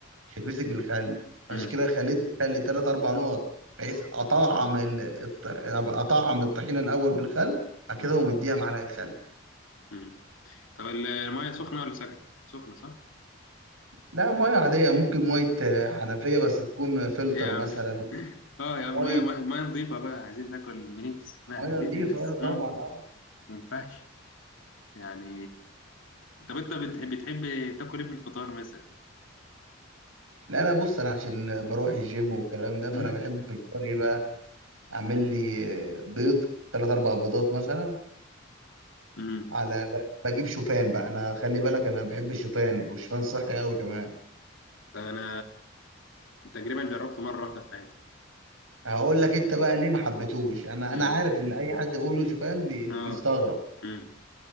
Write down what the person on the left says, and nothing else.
امم
امم
امم طب ال- الميه سخنه ولا سخنه سخنه صح
ايه يا عم
<laughs> اه
يا عم
ميه ميه مية نظيفه بقى عايزين ناكل بنفس ما
احنا فيه
ايه بس
امم
ما ينفعش يعني طب انت بتحب بتحب تاكل ايه في الفطار مثلا
<laughs>
امم
انا تقريبا جربته مره واحده في حياتي
بس
امم
اه امم